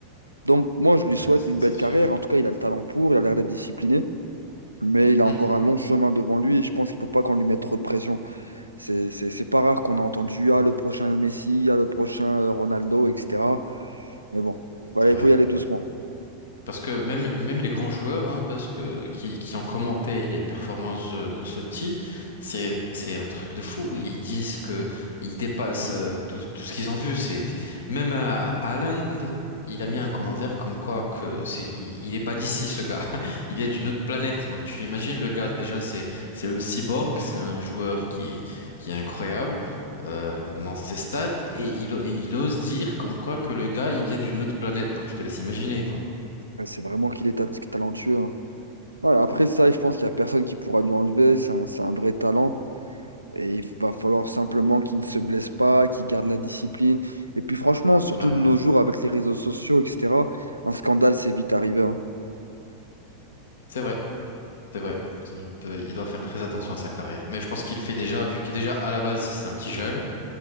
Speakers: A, on the right; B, on the left.
A: Donc moi, je lui
B: Ben,
A: souhaite une
B: c'est
A: belle
B: sûr.
A: carrière. En tout cas, il a le talent pour, il a l'air d'être discipliné, mais il a
B: Mm.
A: encore un long chemin devant lui et je pense qu'il faut pas qu'on lui mette trop de pression. C'est, c'est, c'est pas rare qu'on a entendu, ah, le prochain Messi, ah, le prochain euh, Ronaldo, etc. Mais bon, voilà,
B: C'est vrai.
A: il faut y aller doucement.
B: Parce que même, même les grands joueurs, hein, parce que, qui, qui ont commenté les performances euh, de ce petit, c'est, c'est un truc de fou. Ils disent que ils dépassent euh, tout, tout ce qu'ils ont vu. C'est, même euh, Haaland, il a mis un commentaire comme quoi que c'est, il, il est pas d'ici, ce gars. <laughs> Il est d'une autre planète. Donc tu imagines le gars, déjà, c'est, c'est le cyborg, c'est un joueur qui, qui est incroyable. euh, dans ses stats et il, il ose dire comme quoi que le gars il vient d'une autre planète donc je te laisse imaginer quoi.
A: Ouais, C'est vraiment qu'il est ta- talentueux. hein. Ouais, après ça, je pense qu'il n'y a personne qui pourra lui enlever. C'est un, c'est un vrai talent. Et il va falloir simplement qu'il ne se blesse pas, qu'il garde la discipline. Et puis franchement, surtout
B: C'est
A: de nos jours avec les réseaux sociaux, etc., un scandale, c'est vite arrivé. hein.
B: C'est vrai, c'est vrai. Il peut- il doit faire très attention à sa carrière. Mais je pense qu'il le fait déjà, vu que déjà à la base, c'est un petit jeune.